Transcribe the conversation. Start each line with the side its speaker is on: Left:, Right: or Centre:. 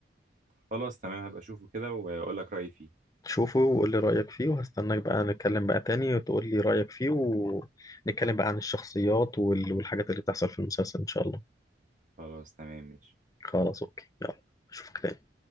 Right: خلاص تمام هبقى اشوفه كده واقول لك رأيي فيه
Left: شوفه وقول لي رأيك فيه وهستناك بقى نتكلم بقى تاني وتقول لي رأيك فيه ونتكلم بقى عن الشخصيات وال- والحاجات اللي بتحصل في المسلسل إن شاء الله
Right: خلاص تمام ماشي
Left: خلاص اوكي يلا اشوفك تاني